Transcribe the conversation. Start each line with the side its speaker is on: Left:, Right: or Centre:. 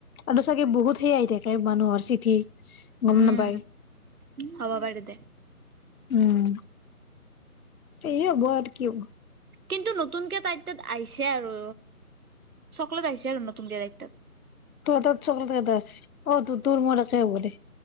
Left: আৰু চাগে বহুত সেই আহি থাকে মানুহৰ চিঠি। গম
Right: উম,
Left: নাপায়
Right: হব পাৰে। তে,
Left: উম, সেয়ে হ'ব আৰু কি হব।
Right: কিন্তু নতুনকে তাই তাত আহিছে আৰু চকলেত আহিছে আৰু নতুনকে তাই তাত।
Left: তোৰ হাতত চকলেতে এটা আছিল। অ', তো- তোৰ - মোৰ একে হ'ব দে।